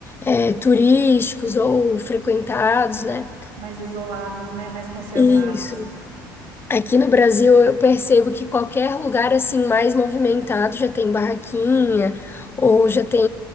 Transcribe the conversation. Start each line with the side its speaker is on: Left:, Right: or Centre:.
Left: é, turísticos ou frequentados, né?
Right: Mais isolados, né? Mais conservados.
Left: Isso. Aqui no Brasil, eu percebo que qualquer lugar assim mais movimentado já tem barraquinha, ou já tem